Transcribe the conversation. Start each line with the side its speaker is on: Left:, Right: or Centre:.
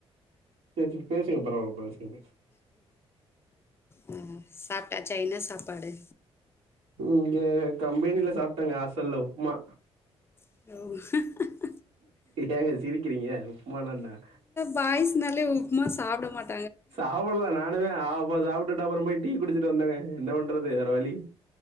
Right: செரி செரி பேசுங்க பரவால பேசுங்க பேசுங்க
Left: ஆ சாப்ட்டாச்சா என்ன சாப்பாடு
Right: இங்க கம்பெனில சாப்ட்டங்க ஆசல்ல உப்மா
Left: <inaudible>
Right: ஏங்க சிரிக்கிறீங்க உப்மானா என்ன
Left: பாய்சுனாலே உப்மா சாப்ட மாட்
Right: சாப்புல்ல நானுமே அப்றோ சாப்டு‌ட்டு அப்பறோ போய்‌ டீ குடிச்சிட்டு வந்தங்க என்ன பண் றது வேற வழி